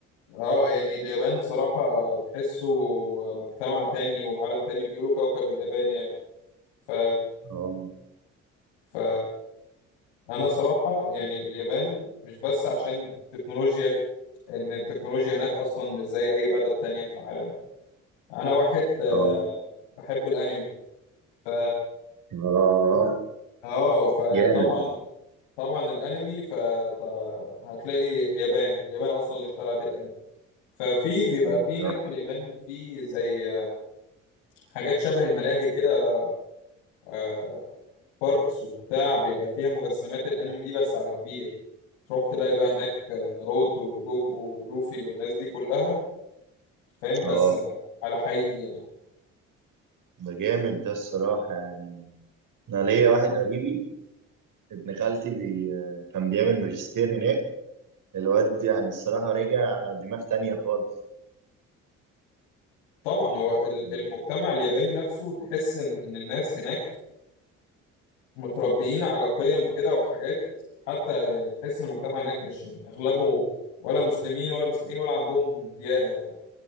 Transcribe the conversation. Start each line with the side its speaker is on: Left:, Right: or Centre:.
Left: اه يعني اليابان صراحة تحسه مجتمع تاني وعالم تاني بيقولوا كوكب اليابان يعني ف
Right: اه
Left: ف انا صراحة يعني اليابان مش بس عشان التكنولوجيا ان التكنولوجيا هناك اصلا مش زي اي بلد تانية في العالم انا واحد آه،
Right: اه
Left: بحب الانمي ف
Right: اه
Left: اه فطبعا
Right: جامد
Left: طبعا الانمي فهتلاقي اليابان اليابان اصلا اللي اخترعت الانمي ففي بيبقى
Right: بالظبط
Left: في هناك في اليابان في زي حاجات شبه الملاهي كده آه، باركس وبتاع بيبقى فيها مجسمات الانمي دي بس على كبير تروح تلاقي بقى هناك آه، ناروتو وجوجو ولوفي والناس دي كلها فاهم بس
Right: اه
Left: آه، على حقيقي يعني
Right: ده جامد ده الصراحة يعني انا ليا واحد قريبي ابن خالتي بي... كان بيعمل ماجستير هناك الواد يعني الصراحة رجع دماغ تانية خالص
Left: طبعا هو ال-
Right: يعني
Left: المجتمع الياباني نفسه تحس ان إن الناس هناك متربيين على قيم كده وحاجات حتى يعني تحس ان المجتمع هناك مش يعني اغلبه ولا مسلمين ولا مسيحيين ولا عندهم ديانة يعني